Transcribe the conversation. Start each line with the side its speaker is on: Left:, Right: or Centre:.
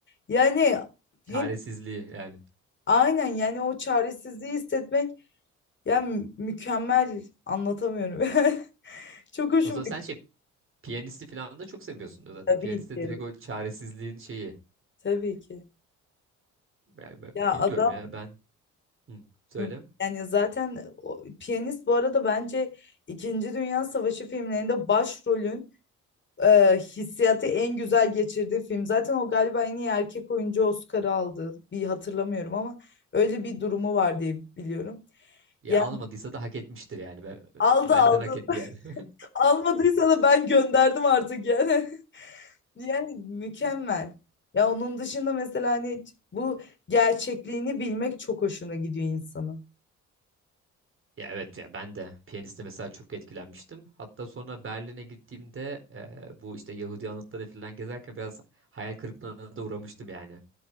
Left: yani
Right: Çaresizliği
Left: hep
Right: yani.
Left: aynen yani o çaresizliği hissetmek yani mükemmel anlatamıyorum. <laughs> Çok hoşuma
Right: O zaman sen
Left: gitti
Right: şey piyanisti falan da çok seviyorsun da zaten.
Left: tabii
Right: Piyaniste
Left: ki
Right: direkt o çaresizliğin şeyi.
Left: tabii ki.
Right: Yani ben
Left: Ya
Right: bilmiyorum
Left: adam
Right: ya ben. Hı, söyle.
Left: Hı. Yani zaten o- piyanist bu arada bence İkinci Dünya Savaşı filmlerinde başrolün e, hissiyatı en güzel geçirdiği film. Zaten o galiba en iyi erkek oyuncu Oscar'ı aldı. Bir hatırlamıyorum ama öyle bir durumu var diye biliyorum.
Right: Ya
Left: Yani
Right: almadıysa da hak etmiştir yani. Ben,
Left: aldı
Right: benden
Left: aldı.
Right: hak etti
Left: <laughs>
Right: yani. <laughs>
Left: Almadıysa da ben gönderdim artık yani. <laughs> Yani mükemmel. Ya onun dışında mesela hani bu gerçekliğini bilmek çok hoşuna gidiyor insanın.
Right: Ya evet ya ben de piyaniste mesela çok etkilenmiştim. Hatta sonra Berlin'e gittiğimde e, bu işte Yahudi anıtları falan gezerken biraz hayal kırıklığına da uğramıştım yani.